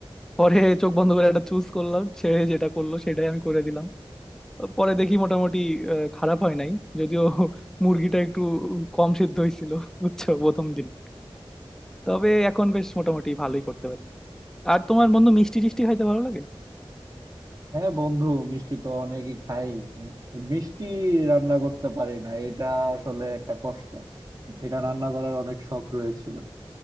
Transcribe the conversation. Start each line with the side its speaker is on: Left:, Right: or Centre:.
Centre: পরে চোখ বন্ধ করে একটা চুজ করলাম সে যেটা করলো সেটাই আমি করে দিলাম পরে দেখি মোটামুটি আহ, খারাপ হয় নাই যদিও মুরগিটা একটু কম সিদ্ধ হয়েছিল বুঝছো প্রথম দিন তবে এখন বেশ মোটামুটি ভালোই করতে পারি আর তোমার বন্ধু মিষ্টি টিষ্টি খাইতে ভালো লাগে
Right: হ্যাঁ বন্ধু মিষ্টি তো অনেকই খাই মিষ্টি রান্না করতে পারি না এটা আসলে একটা কষ্ট এটা রান্না করার অনেক শখ রয়েছিল